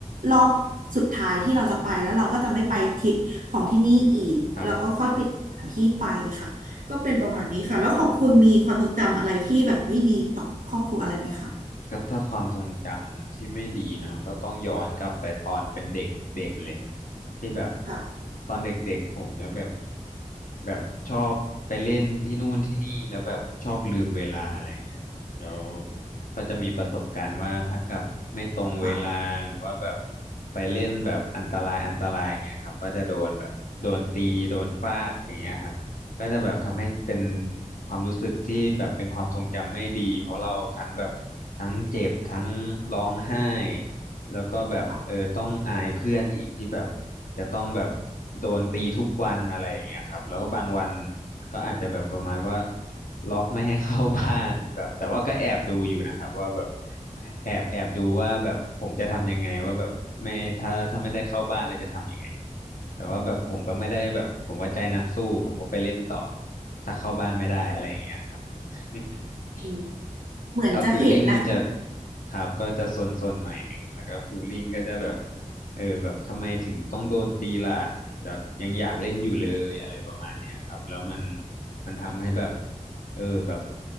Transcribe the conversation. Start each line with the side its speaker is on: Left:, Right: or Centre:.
Right: รอบสุดท้ายที่เราจะไปแล้วเราก็จะไม่ไปทริปของที่นี่อีกเราก็ค่อยเปลี่ยน
Left: ครับ
Right: ที่ไปค่ะก็เป็นประมาณนี้ค่ะแล้วของคุณมีความทรงจำอะไรที่แบบไม่ดีต่อครอบครัวอะไรไหมคะ
Left: ก็ถ้าความทรงจำที่ไม่ดีเนาะก็ต้องย้อนกลับไปตอนเป็นเด็กเด็กเลยที่แบบ
Right: ค่ะ
Left: ตอนเด็กๆผมจะแบบแบบชอบไปเล่นที่นู่นที่นี่แล้วแบบชอบลืมเวลาอะไรเงี้ยครับแล้วก็จะมีประสบการณ์ว่าถ้ากลับไม่ตรงเวลาหรือว่าแบบ
Right: ค่ะ
Left: ไปเล่นแบบอันตรายอันตรายอย่างเงี้ยครับก็จะโดนแบบโดนตีโดนฟาดอย่างเงี้ยครับ
Right: อืม
Left: ก็จะแบบทำให้เป็นความรู้สึกที่แบบเป็นความทรงจำไม่ดีเพราะเราทั้งแบบทั้งเจ็บทั้งร้องไห้แล้วก็แบบเออต้องอายเพื่อนอีกที่แบบ
Right: ค่ะ
Left: จะต้องแบบโดนตีทุกวันอะไรอย่างเงี้ยครับแล้วก็บางวันก็อาจจะแบบประมาณว่าล็อกไม่ให้เข้าบ้านแบบแต่ว่าก็แอบดูอยู่นะครับว่าแบบแอบแอบดูว่าแบบผมจะทำยังไงว่าแบบไม่ถ้าถ้าไม่ได้เข้าบ้านแล้วจะทำยังไง แต่ว่าแบบผมก็ไม่ได้แบบผมก็ใจนักสู้ผมก็ไปเล่นต่อถ้าเข้าบ้านไม่ได้อะไรอย่างเงี้ยครับ <laughs>
Right: อืมเหมือนจะเห็ุนะคะ
Left: แล้วฟิลลิ่งมันจะครับก็จะซนๆหน่อยหนึ่งแล้วก็ฟิลลิ่งก็จะแบบเออแบบทำไมถึงต้องโดนตีล่ะแบบยังอยากเล่นอยู่เลยอะไรประมาณเนี้ยครับแล้วมันมันทำให้แบบ เออแบบ